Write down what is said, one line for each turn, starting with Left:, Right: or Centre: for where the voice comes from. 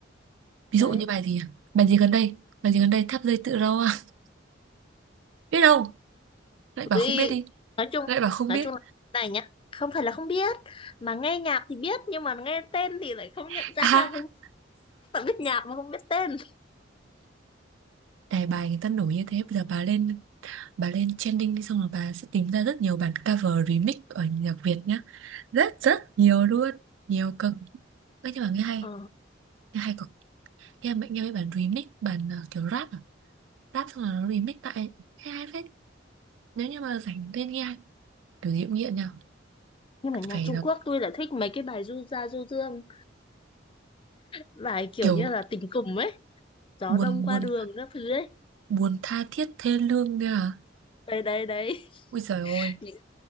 Right: Ví
Left: đấy
Right: dụ như bài gì à? Bài gì gần đây? Bài gì gần đây? Tháp dây tự do. <laughs> Biết đâu? Lại bảo
Left: vì
Right: không biết đi.
Left: nói chung
Right: Lại bảo không
Left: nói
Right: biết.
Left: chung là thế này nhá không phải là không biết mà nghe nhạc thì biết nhưng mà nghe tên thì lại không
Right: <laughs>
Left: nhận ra không phải biết nhạc mà không biết tên
Right: À, đài bài người ta nổi như thế. Bây giờ bà lên bà lên trending đi xong rồi bà sẽ tìm ra rất nhiều bản cover remix ở nhạc Việt nhá. Rất rất nhiều luôn. Nhiều cực. Ê, nhưng mà nghe hay
Left: ờ.
Right: nghe hay cực nghe mẹ nghe mấy bản remix bản ờ, kiểu rap à rap xong rồi nó remix tại nghe hay phết nếu như mà rảnh lên nghe kiểu gì cũng nghiện nào
Left: nhưng mà nhạc
Right: phải
Left: Trung
Right: là
Left: Quốc tôi lại thích mấy cái bài du gia du dương bài kiểu
Right: kiểu
Left: như là tình cùng ấy gió
Right: buồn
Left: đông qua
Right: buồn
Left: đường các thứ ấy
Right: buồn tha thiết thê lương nha à
Left: đấy đấy đấy
Right: ui giời
Left: <laughs>
Right: ơi
Left: những